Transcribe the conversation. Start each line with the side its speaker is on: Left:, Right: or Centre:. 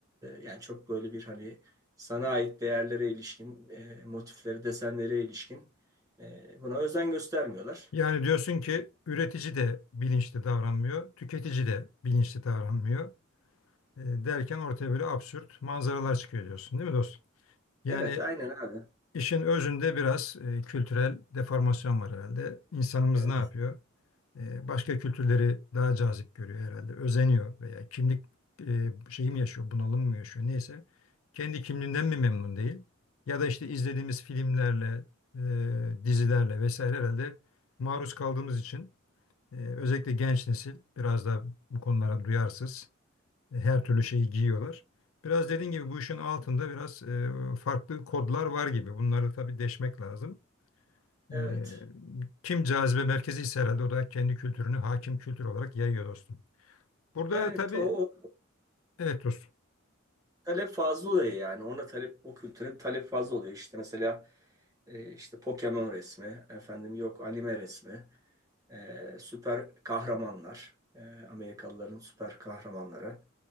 Right: yani çok böyle bir hani sana ait değerlere ilişkin, e, motifleri, desenlere ilişkin e, buna özen göstermiyorlar.
Left: Yani diyorsun ki üretici de bilinçli davranmıyor, tüketici de bilinçli davranmıyor e, derken ortaya böyle absürt manzaralar çıkıyor diyorsun değil mi dostum? Yani
Right: Evet, aynen abi.
Left: işin özünde biraz e, kültürel deformasyon var herhalde. İnsanımız
Right: Evet,
Left: ne yapıyor? E, başka kültürleri daha cazip görüyor herhalde, özeniyor veya kimlik e, şeyi mi yaşıyor, bunalım mı yaşıyor neyse. Kendi kimliğinden mi memnun değil? Ya da işte izlediğimiz filmlerle, e, dizilerle vesaire herhalde maruz kaldığımız için e, özellikle genç nesil biraz da bu konulara duyarsız. E, her türlü şeyi giyiyorlar. Biraz dediğin gibi bu işin altında biraz e, farklı kodlar var gibi. Bunları tabii deşmek lazım.
Right: evet.
Left: E, kim cazibe merkezi ise herhalde o da kendi kültürünü hakim kültür olarak yayıyor dostum. Burada
Right: Yani
Left: tabii
Right: o, o
Left: evet dostum.
Right: talep fazla oluyor yani. Ona talep, o kültüre talep fazla oluyor. İşte mesela e, işte Pokemon resmi, efendim yok anime resmi. e, süper kahramanlar, e, Amerikalıların süper kahramanları.